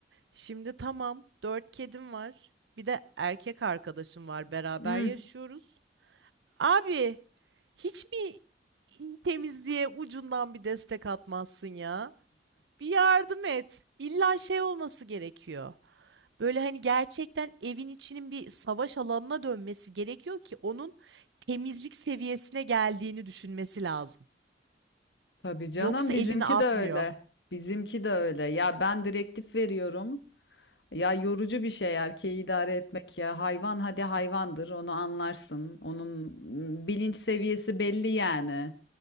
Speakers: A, on the right; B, on the left.
A: Şimdi tamam dört kedim var. Bir de erkek arkadaşım var. Beraber
B: Hı,
A: yaşıyoruz. Abi hiç mi temizliğe ucundan bir destek atmazsın ya? Bir yardım et. İlla şey olması gerekiyor. Böyle hani gerçekten evin içinin bir savaş alanına dönmesi gerekiyor ki onun temizlik seviyesine geldiğini düşünmesi lazım.
B: tabii canım
A: Yoksa
B: bizimki
A: elini atmıyor.
B: de öyle. Bizimki de öyle. Ya ben direktif veriyorum. Ya yorucu bir şey erkeği idare etmek ya. Hayvan hadi hayvandır
A: <laughs>
B: onu anlarsın. Onun mm, bilinç seviyesi belli yani.